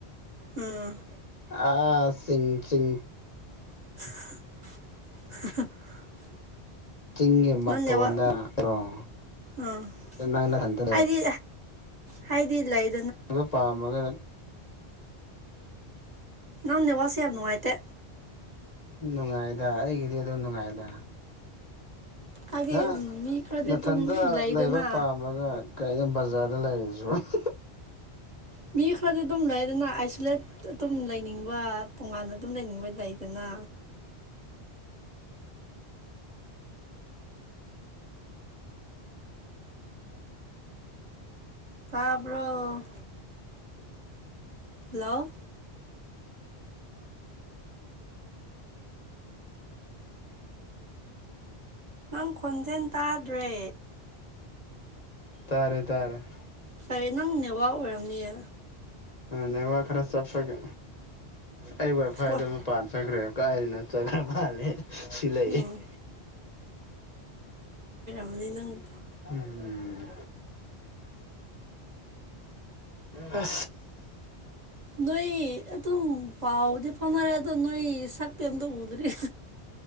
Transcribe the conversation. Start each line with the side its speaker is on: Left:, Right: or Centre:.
Right: ꯎꯝ
Left: ꯑꯥ ꯁꯤꯡ ꯆꯤꯡ
Right: <unintelligible>
Left: ꯆꯤꯡꯒꯤ ꯃꯇꯣꯟꯗ
Right: ꯅꯪ ꯅꯦꯠꯋꯥꯛ
Left: <unintelligible> ꯀ‌ꯣ
Right: ꯎꯝ
Left: ꯅꯪ <inaudible> ꯅꯊꯟ ꯂꯩ
Right: ꯍꯥꯏꯗꯤ ꯍꯥꯏꯗꯤ ꯂꯩ
Left: ꯗꯣ ꯄꯥꯝꯃꯒ
Right: ꯅꯪ ꯅ‌ꯦꯠꯋꯥꯛꯁ‌ꯦ ꯌꯥꯝ ꯅꯨꯡꯉꯥꯏꯇꯦ
Left: ꯅꯨꯡꯉꯥꯏꯗ ꯑꯩꯒꯤꯗꯤ ꯑꯗꯨꯝ ꯅꯨꯡꯉꯥꯏꯗ
Right: ꯍꯥꯏꯗꯤ
Left: ꯅꯪ ꯑ
Right: ꯃꯤ ꯈꯔꯗꯤ
Left: ꯅꯥꯊꯟꯗ
Right: ꯑꯗꯨꯝ ꯂꯩꯗꯅ
Left: ꯂꯩꯕ ꯄꯥꯝꯃꯒ ꯀꯩꯅ‌ꯣ ꯕꯖꯥꯔꯗ ꯂꯩꯔꯤꯁꯤꯕꯨ <inaudible>
Right: ꯃꯤ ꯈꯔꯗꯤ ꯑꯗꯨꯝ ꯂꯩꯗꯅ ꯑꯥꯏꯁꯣꯂꯦꯠ ꯑꯗꯨꯝ ꯂꯩꯅꯤꯡꯕ ꯇꯣꯉꯥꯟꯅ ꯑꯗꯨꯝ ꯂꯩꯅꯤꯡꯕ ꯂꯩꯗꯅ ꯇꯥꯕꯔ‌ꯣ ꯍꯜꯂꯣ ꯅꯪ ꯈꯣꯟꯖꯦꯜ ꯇꯥꯗ꯭ꯔꯦ
Left: ꯇꯥꯔꯦ ꯇꯥꯔꯦ
Right: ꯀꯔꯦ ꯅꯪ ꯅꯦꯋꯥꯛ ꯑꯣꯏꯔꯝꯅꯤꯌꯦ
Left: ꯅꯦꯠꯋꯥꯛ ꯈꯔ ꯆꯠꯄꯒꯦ ꯑꯩ ꯋꯥꯏꯐꯥꯏꯗ
Right: ꯍꯣꯏ
Left: ꯃꯄꯥꯟ ꯆꯈ꯭ꯔꯦꯕ ꯀꯥꯏꯅ ꯆꯒꯥ꯭ꯔ ꯃꯥꯂꯦ ꯁꯤꯂꯏ
Right: ꯎꯝ ꯑꯗꯨꯅꯤ ꯅꯪ
Left: ꯎꯝꯝ ꯑ
Right: ꯅꯣꯏ ꯑꯗꯨꯝ ꯄꯥꯎꯗꯤ ꯐꯝꯅꯔꯦ ꯑꯗꯣ ꯅꯣꯏ ꯁꯛꯇꯤ ꯑꯝꯇ ꯎꯗ꯭ꯔꯤ